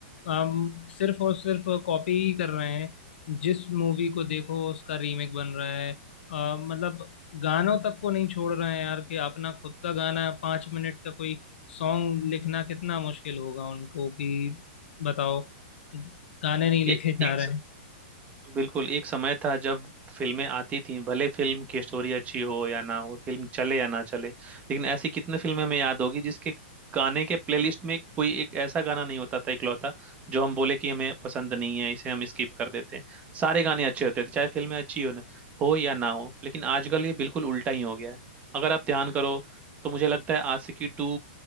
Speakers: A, on the left (about 70°); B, on the right (about 25°).
A: अ, हम सिर्फ और सिर्फ कॉपी ही कर रहे हैं जिस मूवी को देखो उसका रीमेक बन रहा है अ, मतलब गानों तक को नहीं छोड़ रहे हैं यार कि अपना खुद का गाना पाँच मिनट का कोई सॉन्ग लिखना कितना मुश्किल होगा उनको कि बताओ गाने नहीं लिखे
B: ए,
A: जा
B: एक
A: रहे हैं
B: बिल्कुल एक समय था जब फिल्में आती थीं भले फिल्म की स्टोरी अच्छी हो या ना हो फिल्म चले या ना चले लेकिन ऐसी कितने फिल्में हमें याद होगी जिसके गाने के प्लेलिस्ट में कोई एक ऐसा गाना नहीं होता था इकलौता जो हम बोले कि हमें पसंद नहीं है इसे हम स्किप कर देते हैं सारे गाने अच्छे होते थे चाहे फिल्में अच्छी हो ना हो या ना हो लेकिन आजकल ये बिल्कुल उल्टा ही हो गया है अगर आप ध्यान करो तो मुझे लगता है आशिकी टू